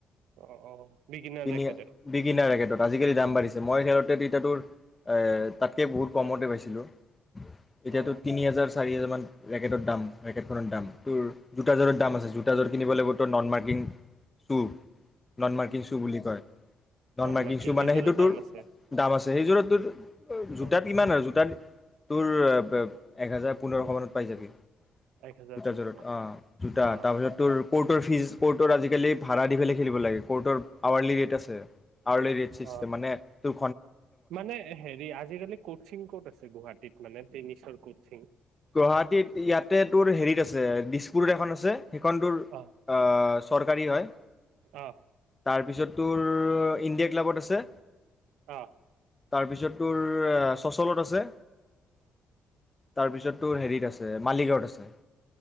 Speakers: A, on the right; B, on the left.
A: অঁ, অঁ বিগিনাৰ
B: তিনি
A: ৰেকেটত।
B: বিগিনাৰ ৰেকেটত আজিকালি দাম বাঢ়িছে মই খেলোঁতে তেতিয়া তোৰ, এ তাতকৈ বহুত কমতে পাইছিলোঁ।
A: অ
B: এতিয়াতো তিনি হেজাৰ চাৰি হাজাৰ মান ৰেক ৰেকেটৰ দাম ৰেকেটখনৰ দাম, তোৰ জোতাযোৰৰ দাম আছে জোতাযোৰ কিনিব লাগিব নন মাৰ্কিন ছো নন মাৰ্কিন ছো বুলি কয় নন
A: নৰ্মাল
B: মাৰ্কিন
A: কি
B: ছো
A: সেইযোৰৰ
B: মানে সেইটো
A: দাম
B: তোৰ
A: আছে
B: দাম আছ সেইযোৰত তোৰ জোতাত
A: অ
B: কিমান আৰু জোতাত, তোৰ এ <unintelligible> এক হেজাৰ পোন্ধৰশ মানত পাই যাবি। জোতাযোৰত
A: এক হাজাৰ পোন্ধৰ টকা
B: অ, জোতা
A: অ
B: তাৰপিছত তোৰ কৌটৰ ফিজ কৌটৰ আজিকালি ভাড়া দি পেলে খেলিব লাগে কৰটৰ আৱাৰলি ৰেট আছে, আৱাৰলি চিষ্টেম
A: অ
B: মানে তো
A: মানে হেৰি আজিকালি কোচিং ক'ত আছে গুৱাহাটীত মানে টেনিছৰ কোচিং।
B: গুৱাহাটীত ইয়াতে তোৰ হেৰিত আছে দিছপুৰত এখন আছে। সেইখনটোৰ আ
A: অ
B: চৰকাৰী হয়।
A: অ
B: তাৰপিছত তোৰ ইণ্ডিয়া ক্লাবত আছে।
A: অ
B: তাৰপিছত তোৰ, চচলত আছে। তাৰপিছত কে ছে মালিগাঁৱত আছে।